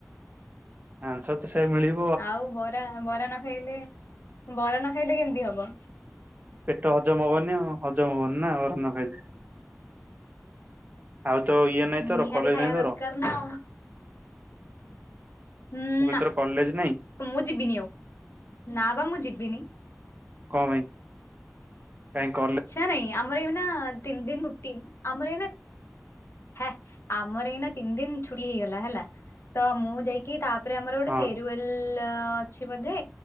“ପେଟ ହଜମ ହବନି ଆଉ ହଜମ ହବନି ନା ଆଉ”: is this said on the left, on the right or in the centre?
Right